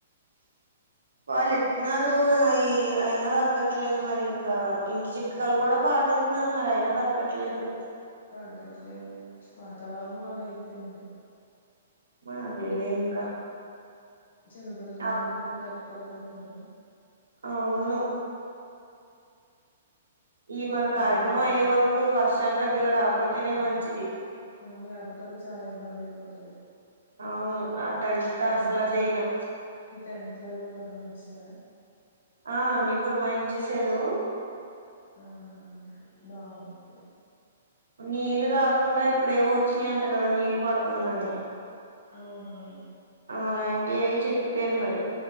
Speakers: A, on the right (about 75°); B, on the left (about 65°).
A: వాళ్ళు ఇతన్నారు అవి అయినా తగ్గట్లేదు మరి ఇంకా ఇంకా
B: తగ్గట్లేదు
A: ఇంటి చిట్కాలు కూడా పాటింతను మరి అయినా తగ్గట్లేదు
B: తగ్గట్లేదు వాతావరణం అలా అయ్యిపోది
A: మా అదేలే ఇంకా
B: చిన్నపిల్లల మూల
A: అప్-
B: కొంచెం తట్టుకోలే పోతున్నారు
A: అవును ఈ మన
B: మనం
A: కార్యక్రమం
B: కూడా
A: అయ్యే
B: కొంచెం
A: వరకు వర్షాలు పెద్దగా రాకపోతేనే మంచిది
B: అవును లేపోతేప్పుడు చాలా ఇబ్బంది అయిపోతది
A: అవును ఆ తడుపుత
B: ఈ టెంట్
A: అసలా
B: లో
A: చేయలేం
B: ఈ టెంట్ లు అవి పురమాయించి చార
A: ఆ అన్ని పురమాయి చేసారు
B: ఆ బాగు
A: నీళ్ళలు రాకుండా ఇప్పుడేవో వచ్చినాయియంట కదా నీళ్ళు పడకుండానే
B: అవునవును
A: అలాంటి అయి చెప్పారు మరి